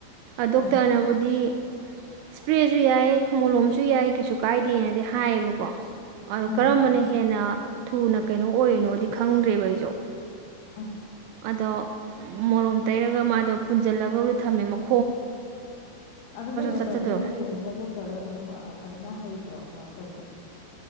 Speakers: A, on the right (about 85°); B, on the left (about 75°).
A: ꯗꯣꯛꯇꯔꯅꯕꯨꯗꯤ
B: ꯎꯝ ꯎꯝ
A: ꯁꯄ꯭ꯔꯦꯁꯨ ꯌꯥꯏ ꯃꯣꯂꯣꯝꯁꯨ ꯌꯥꯏ ꯀꯩꯁꯨ ꯀꯥꯏꯗꯦꯅꯗꯤ ꯍꯥꯏꯌꯦꯕꯀ ꯀꯣ ꯑꯣ
B: ꯎꯝ
A: ꯀꯔꯝꯕꯅ ꯍꯦꯟꯅ ꯊꯨꯅ ꯀꯩꯅꯣ ꯑꯣꯏꯅꯣꯗꯤ ꯈꯪꯗ꯭ꯔꯦꯕ ꯑꯩꯁꯨ
B: ꯎꯝ
A: ꯑꯗꯣ ꯃꯣꯔꯣꯝ ꯇꯩꯔꯒ ꯃꯥꯗꯣ ꯄꯨꯟꯁꯤꯜꯂꯒꯕꯨꯔ ꯊꯝꯃꯦ ꯃꯈ
B: ꯑꯗꯨꯗꯤ ꯗꯣꯛꯇꯔ
A: ꯆꯠꯆꯗꯣꯏꯔꯣ
B: ꯅꯣꯏ ꯌꯦꯡꯉꯤꯕ ꯗꯣꯛꯇꯔꯗ ꯑꯗꯨꯝ ꯐꯖꯅ ꯍꯩꯕ꯭ꯔꯣ ꯀꯃꯥꯏꯅ ꯇꯧꯒꯦ